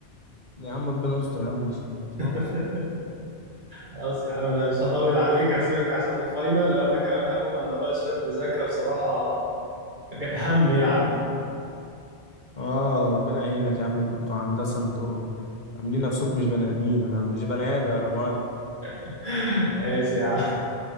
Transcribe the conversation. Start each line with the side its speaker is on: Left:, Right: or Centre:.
Left: يا عم ربنا يستر يا عم مش مش
Right: <laughs>
Left: ناقص
Right: خلاص يا عم انا مش هطول عليك هسيبك عشان الفاينل وانا كمان هقوم انا ورايا شوية مذاكرة بصراحة هم يعني
Left: آه ربنا يعينك يا عم أنتوا بتوع هندسة أنتوا عاملين نفسكم مش بني آدمين أنا مش بني آدم أنا مهندس
Right: <laughs> ماشي يا عم